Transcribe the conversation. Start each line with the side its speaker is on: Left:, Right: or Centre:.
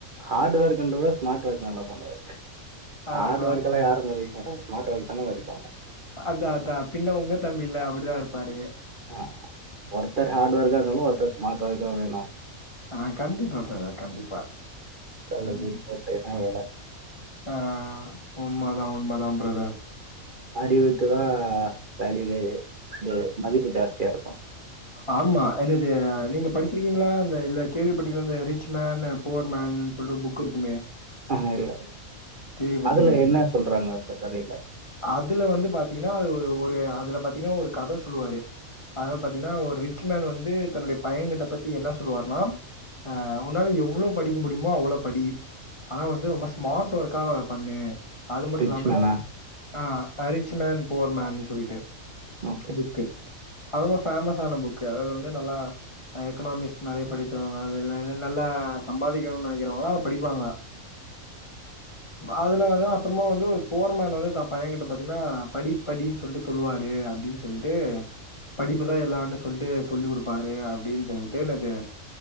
Right: ஹார்ட் ஒர்க்ன்றத ஸ்மார்ட் ஒர்க் நல்லா பண்ணுவாரு ஹார்ட்
Left: ஆஹா
Right: ஒர்க்லா யாரு மதிக்க மாட்டாங்க ஸ்மார்ட் ஒர்க் தான மதிப்பாங்க
Left: அதா அதா பின்ன உங்க தம்பில அப்டிதா இருப்பாரு
Right: ஆ ஒருத்தர் ஹார்டு ஒர்க்காருந்தாலு ஒருத்தர் ஸ்மார்ட் வொர்க்கா வேணு
Left: ஆ கண்டிப்பா பிரதர் கண்டிப்பா
Right: கல்ல
Left: ம்.
Right: தூக்கி போட்டு என்னா வேல
Left: ஆ உண்மதா உண்மதா பிரதர்
Right: அறிவுக்குதா வால்யூவே இது மதிப்பு ஜாஸ்தியா இருக்கு
Left: ஆமா என்னது நீங்க படிச்சிருக்கீங்களா இந்த இல்ல கேள்விப்பட்ருக்கீங்களா இந்த ரிச் மேன் புவர் மேன்னு சொல்ட்டு புக் இருக்குமே
Right: ஆ ஹ இல்ல
Left: கேள்விப்பட்டதில்லையா?
Right: அதில என்ன சொல்றாங்க அந்த கதைல
Left: அதுல வந்து பாத்தீங்கன்னா அது ஒரு ஒரு அதுல பாத்தீங்கன்னா ஒரு கதை சொல்லுவாரு அத பாத்தீங்கன்னா ஒரு ரிச் மேன் வந்து தன்னுடைய பையன்கிட்ட பத்தி என்ன சொல்லுவார்ன்னா ஆ உன்னால எவ்ளோ படிக்க முடியுமோ அவ்ளோ படி ஆனா வந்து ரொம்ப ஸ்மார்ட் ஒர்க்கா பண்ணு அது மட்டு
Right: ரிச்
Left: இல்லாம
Right: மேனா?
Left: ஆ ரிச் மேன் புவர் மேன் சொல்லிட்டு
Right: ஓகே.
Left: புக்கு அது ரொம்ப ஃபேமஸான புக்கு அதாவது வந்து நல்லா எக்கனாமிஸ்ட் நெறைய படிச்சவங்க நல்ல சம்பாதிக்கணுன் நெனக்கிறவங்க அத படிப்பாங்க அதுல வந்து அப்பறமா வந்து ஒரு புவர் மேன் வந்து தான் பையன் கிட்ட பாத்தீங்கன்னா படி படின்னு சொல்லிட்டு சொல்லுவாரு அப்படின் சொல்ட்டு படிப்புதா எல்லான்னு சொல்ட்டு சொல்லி குடுப்பாரு அப்டின் சொல்ட்டு னது